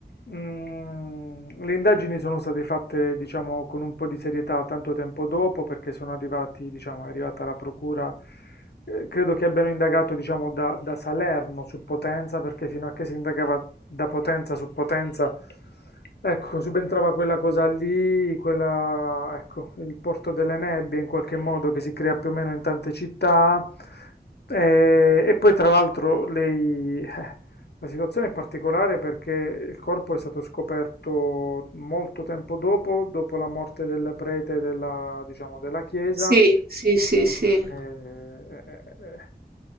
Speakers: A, on the left; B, on the right.
A: Mm, le indagini sono state fatte, diciamo, con un po' di serietà tanto tempo dopo, perché sono arrivati, diciamo, è arrivata la procura, eh, credo che abbiano indagato, diciamo, da, da Salerno su Potenza, perché fino a che si indagava da Potenza su Potenza, ecco, subentrava quella cosa lì, quella, ecco, il porto delle nebbie in qualche modo che si crea più o meno in tante città. E, e poi tra l'altro lei eh, la situazione è particolare perché il corpo è stato scoperto molto tempo dopo, dopo la morte del prete della, diciamo, della chiesa.
B: sì, sì, sì, sì.
A: Eh, eh, eh,